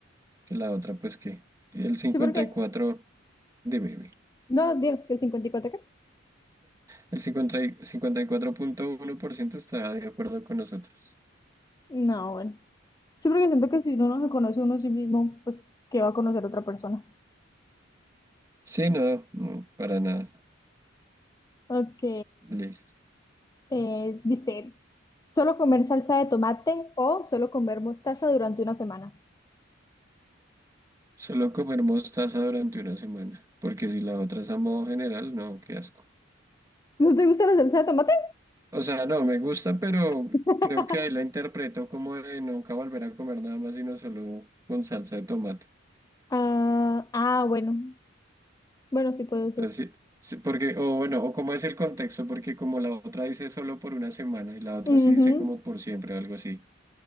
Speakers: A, on the right; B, on the left.
A: Que la otra, pues que el cincuenta
B: Sí, porque,
A: y cuatro, dime, dime.
B: no, digo, que el 54, ¿qué?
A: El cincuenta y- cincuenta y cuatro punto uno por ciento está de acuerdo con nosotros.
B: No, bueno. Sí, porque siento que si uno no se conoce uno a sí mismo, pues, ¿qué va a conocer otra persona?
A: Sí, no, no, para nada.
B: Ok.
A: Listo.
B: Eh, dice, ¿solo comer salsa de tomate o solo comer mostaza durante una semana?
A: Solo comer mostaza durante una semana, porque si la otra es a modo general, no, qué asco.
B: ¿No te gusta la salsa de tomate?
A: O sea, no, me gusta, pero
B: <laughs>
A: creo que ahí la interpreto como de nunca volver a comer nada más sino solo con salsa de tomate.
B: Ah, ah, bueno. Bueno, sí puede ser.
A: Entonces, sí, sí, porque, o bueno, o cómo es el contexto, porque como la otra dice solo por una semana y la otra
B: Ujú,
A: sí dice como por siempre o algo así.